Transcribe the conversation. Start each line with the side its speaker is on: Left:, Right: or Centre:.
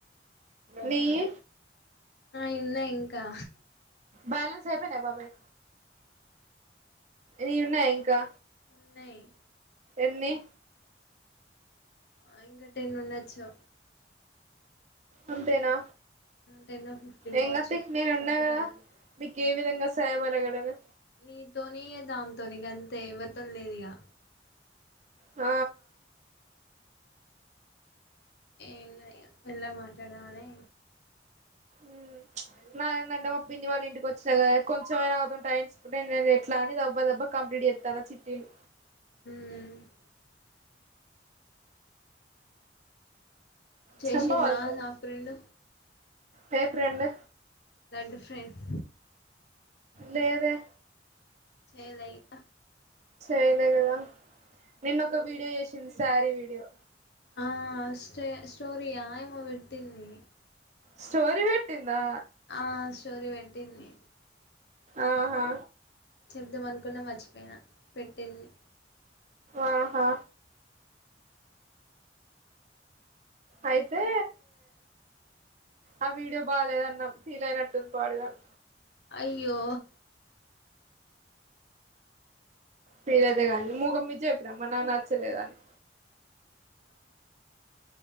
Right: నీయీ
Left: నాయి ఉన్నయి ఇంకా
Right: బ్యాలెన్స్ అయిపొయినయ బాబాయ్ నీయి ఉన్నయా ఇంకా.
Left: ఉన్నయి
Right: ఎన్ని
Left: ఆ ఇంక టెన్ ఉండొచ్చు.
Right: అంతేనా
Left: టెన్ ఫిఫ్టీన్
Right: ఏంగాద్
Left: కావచ్చు
Right: తి నేను ఉన్నా గదా. మీక్ ఏ విధంగా సాయపడగడను
Left: నీతోనీ ఇగ దాన్తోని గంతే ఎవ్వరితోని లేదు ఇగా.
Right: ఆ
Left: ఏం లేదు ఇగ మెళ్ళగ మాట్లాడదామనీ.
Right: ఊ ప్చ్ నాదేందంటే మా పిన్ని వాళ్ళ ఇంటికి వచ్చిన గదా కొంచెంమయినా వాళ్తోన్ టైమ్స్. <unintelligible> ఎట్లా అని దబ్బ దబ్బా కంప్లీట్ చేత్తానా చిట్టీలు.
Left: హ్మూ చేసిందా
Right: చెంప పగుల్తది
Left: నా ఫ్రెండ్
Right: రేపు రెండు
Left: లాంటి డిఫరెన్స్
Right: లేదే
Left: చెయ్యలే ఇగ్
Right: చేయ్యలే గదా నిన్న ఒక వీడియో చేశింది శారీ వీడియో.
Left: ఆ స్టే స్టోరీ ఆ ఏమో పెట్టిందీ.
Right: స్టోరి పెట్టిందా
Left: ఆ స్టోరీ పెట్టింది
Right: ఆహా
Left: చెప్దామనుకున్నా మర్చిపోయినా పెట్టింది
Right: ఆహా అయితే ఆ వీడియో బాాలేదన్న ఫీల్ అయినట్టుంది పాడుగాన్
Left: అయ్యో
Right: ఫీల్ అయితేగాని మూగమ్మి చెప్పిన మరి నాకు నచ్చలేదని
Left: ఆ